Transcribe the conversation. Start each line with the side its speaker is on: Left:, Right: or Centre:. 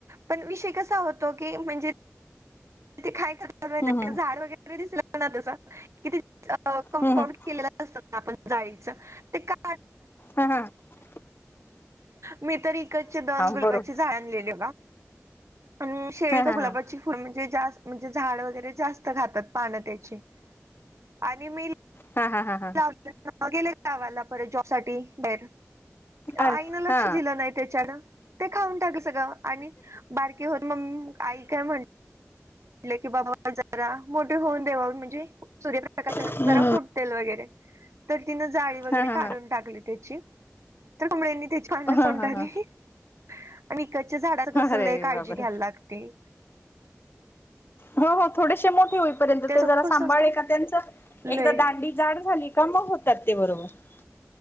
Right: पण विषय कसा होतो की म्हणजे <unintelligible> त काय कर मा
Left: हम्म
Right: झाड वगैरे दिसले ना तस कि कंपांड
Left: हम्म हम्म
Right: के <unintelligible> आपण जायच ते का <unintelligible>
Left: हं ह <unintelligible>
Right: मी तर इकडचे दोन गुलबाची
Left: बरोबर
Right: झाड आणलेले आणि शेळीतर
Left: हा हा
Right: गुलाबाची
Left: हा
Right: फूल म्हणजे जा <unintelligible> झाड वगैरे जास्त खातात पान त्याची आणि मि
Left: हा हा हा <unintelligible>
Right: <unintelligible> गेले गावाला परत जॉब साठी बाहेर आईनं
Left: अरे
Right: लक्ष
Left: हा
Right: दिलं नाही त्याच्यानं <unintelligible> ते खाऊन टाक सगळं आणि बारकी होत म आई काय म्हणते ले कि बाबा <unintelligible> जरा मोठे होऊन देवावी म्हणजे सूर्यप्रकाशना
Left: हा
Right: जरा फुटतील वगैरे तर तिनं जाळी वगैरे
Left: हा हा
Right: काढून टाकली त्याची तर कोंबड्यानी ती पान
Left: हा
Right: खाऊन
Left: हा
Right: टाकली
Left: हा
Right: आणि इकडच्या झाडांची कस
Left: अरे
Right: लय काळजी
Left: बापरे
Right: घ्यायला लागती
Left: हो हो थोडेसे मोठे होईपर्यंत
Right: त्याच
Left: ते जरा
Right: कसं
Left: सांभाळे
Right: असतं
Left: का त्यांच
Right: लय
Left: एकदा दांडी <unintelligible> जाड झाली का मग होतात ते बरोबर <unintelligible>